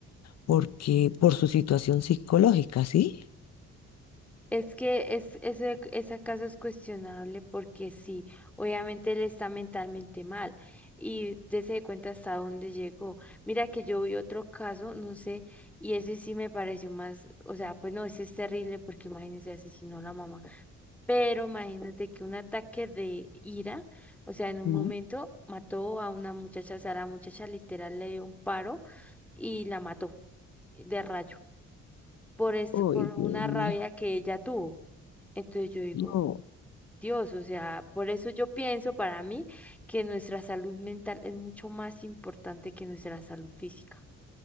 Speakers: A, on the left (about 60°); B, in the centre.
A: porque por su situación psicológica, ¿sí?
B: Es que es, ese, ese caso es cuestionable porque sí, obviamente él está mentalmente mal y dése cuenta hasta dónde llegó. Mira que yo vi otro caso, no sé, y ese sí me pareció más, o sea, pues no, ese es terrible porque imagínese, asesinó a la mamá, pero imagínate que un ataque de ira, o sea, en un
A: Ujú.
B: momento mató a una muchacha, o sea, la muchacha literal le dio un paro y la mató de rayo por, es,
A: Ay,
B: por una
A: Dios mío.
B: rabia que ella tuvo. Entonces yo digo,
A: No.
B: Dios, o sea, por eso yo pienso para mí que nuestra salud mental es mucho más importante que nuestra salud física.